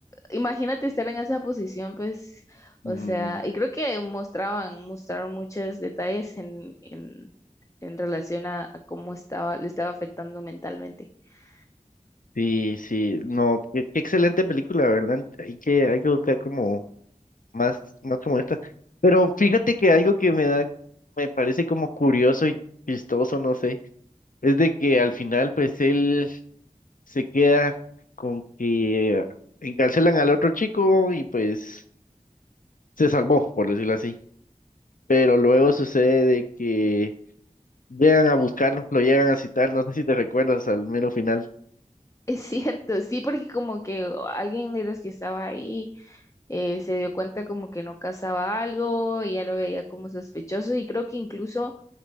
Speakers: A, on the left; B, on the left.
A: imagínate estar en esa posición, pues, o
B: mm.
A: sea, y creo que mostraban, mostraron muchos detalles en, en, en relación a, a cómo estaba, le estaba afectando mentalmente. <laughs>
B: Sí, sí, no, qué, qué excelente película, ¿verdad? Hay que, hay que buscar como más, más como esta. Pero fíjate que algo que me da, me parece como curioso y chistoso, no sé, es de que al final pues él se queda con que encarcelan al otro chico y pues se salvó, por decirlo así. Pero luego sucede de que llegan a buscarlo, lo llegan a citar, no sé si te recuerdas al mero final.
A: Es cierto, sí, porque como que alguien de los que estaba ahí eh, se dio cuenta como que no casaba algo y ya lo veía como sospechoso y creo que incluso